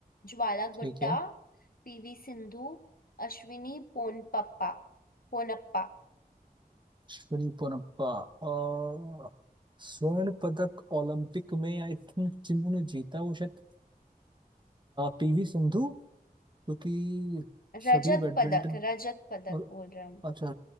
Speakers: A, on the left (about 65°); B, on the right (about 30°).
A: ज्वाला
B: ठीक
A: गुट्टा
B: है
A: पीवी सिंधु अश्विनी पोनप्पा पोनप्पा
B: अश्विनी पोनप्पा और स्वर्ण पदक ओलंपिक में आई थिंक जिन्होंने जीता वो शायद पीवी सिंधु क्योंकि सभी
A: रजत
B: बैडमिंटन
A: पदक रजत पदक
B: और
A: बोल रहे हैं हम
B: अच्छा